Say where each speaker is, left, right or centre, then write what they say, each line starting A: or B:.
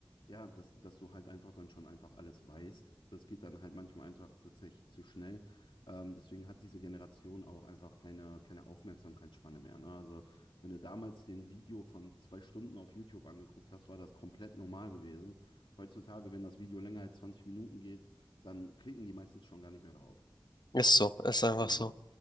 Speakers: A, on the left; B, on the left.
A: ja, dass, dass du halt einfach dann schon einfach alles weißt. Das geht dann halt manchmal einfach tatsächlich zu schnell. Ähm, deswegen hat diese Generation auch einfach keine, keine Aufmerksamkeitsspanne mehr. Ne? Also wenn du damals den Video von zwei Stunden auf YouTube angeguckt hast, war das komplett normal gewesen. Heutzutage, wenn das Video länger als 20 Minuten geht, dann klicken die meistens schon gar nicht mehr drauf.
B: Ist so, ist einfach
A: Ja,
B: so.